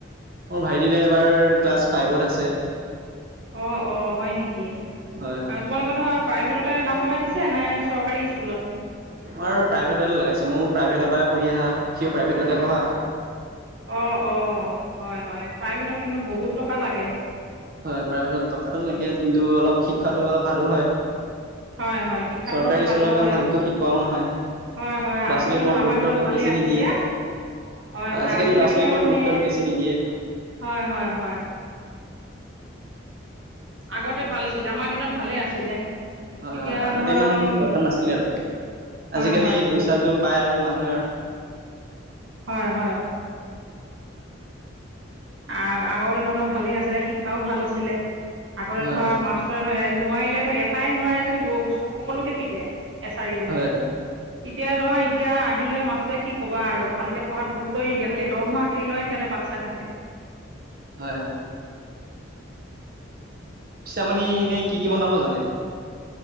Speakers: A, on the right; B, on the right.
A: মোৰ ভাইটিটো এবাৰ ক্লাছ ফাইভত আছে
B: অ অ হয় নেকি,
A: হয় হয়
B: আৰু তোমালোকে ধৰা প্ৰাইভেটত নাম লগা দিছে নে চৰকাৰী স্কুলত
A: মই প্ৰাইভেটতে লগাইছে, ময়ো প্ৰাইভেটৰ পৰা পঢ়ি আহা, সিও প্ৰাইভেটতে বহা
B: অঁ অঁ হয় হয় প্ৰাইভেট কিন্তু বহুত টকা লাগে।
A: হয় প্ৰাইভেটত টকাাতটো লাগে, কিন্তু অলপ শিক্ষাটো অলপ ভালো হয়।
B: হয়, হয় শিক্ষাটো
A: চৰকাৰী
B: বাৰু ভাল
A: স্কুলত
B: হয়।
A: ইমান ভালকৈ শিকোৱাও নহয়
B: হয়, হয়
A: ল'ৰা
B: আগৰ
A: ছোৱালীৰ
B: দিনত
A: ওৰত
B: আমাৰ
A: গুৰুত্বটো
B: দিনত ভালেই
A: বেছি
B: আছিল
A: নিদিয়ে।
B: দিয়া। হয়, হয়
A: আজিকালি
B: আজিকালিহে
A: ল'ৰা ছোৱালীৰ ওপৰত
B: মানে
A: গুৰুত্বটো বেছি নিদিয়ে।
B: হয়, হয়, হয় আগতে ভাল আছিলে আমাৰ দিনত ভালে আছিলে
A: হয়
B: এতিয়া
A: হয় আগতে
B: ধৰা
A: ইমান
B: উম,
A: কথা নাছিলে আৰু।
B: হয়,
A: আজিকালি
B: হয়,
A: পইচাটো পাই আৰু মানুহে
B: হয় হয় আ আগৰ দিনত ধৰা ভালেই আছিলে শিক্ষাও ভাল আছিলে, আগতে
A: হয়
B: ধৰা
A: হয়
B: মাষ্টৰে ধৰা নোৱাৰিলে ধৰ এটাই নোৱাৰে যদি সকলোকে পিটে। এছাৰি লৈ।
A: হয়
B: তেতিয়া ধৰা এতিয়া আহিলে মাছ কি কবা আৰু ভালকে পঢ়াত গুৰুত্বই নিদিয়ে, খালি দৰমহা খিনি লৈয় সিহঁতে বাট চাই থাকে।
A: হয় হয়। পিছে আপুনি এনেই কি কি বনাব জানে?